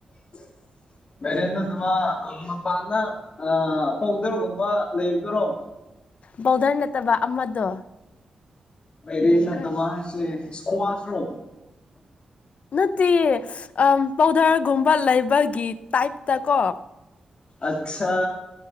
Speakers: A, on the left; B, on the left.
A: <inaudible> <unintelligible> ꯕꯦꯖꯦꯟ ꯅꯠꯇꯕ ꯑꯩ ꯃꯄꯥꯟꯗ ꯑ ꯄꯥꯎꯗ꯭ꯔꯒꯨꯝꯕ ꯂꯩꯕꯗꯨꯔꯣ
B: ꯕꯥꯎꯗꯔ ꯅꯠꯇꯕ ꯑꯃꯗꯣ
A: ꯃꯥꯏꯔꯦꯟ ꯅꯠꯇꯕ
B: ꯈꯔ
A: ꯍꯥꯏꯁꯦ ꯏꯁꯀꯨ꯭ꯋꯥꯁ ꯔꯣ
B: ꯅꯠꯇꯦ ꯏꯁ ꯑ ꯄꯥꯎꯗ꯭ꯔꯒꯨꯝꯕ ꯂꯩꯕꯒꯤ ꯇꯥꯏ‌꯭ꯞ ꯇ ꯀꯣ
A: ꯑꯠꯁꯥ